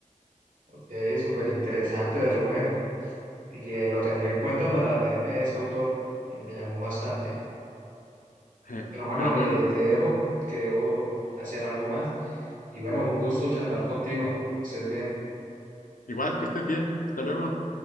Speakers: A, on the right; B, on the left.
A: ok, súper interesante de Rubén. Y eh, lo tendré en cuenta para leerme ese autor. Eh, Me llamó bastante.
B: <laughs>
A: Pero bueno,
B: Pero
A: eh,
B: bueno,
A: te dejo, que debo hacer algo más. Y bueno, un gusto charlar contigo. Que estés bien.
B: igual que estés bien. Hasta luego.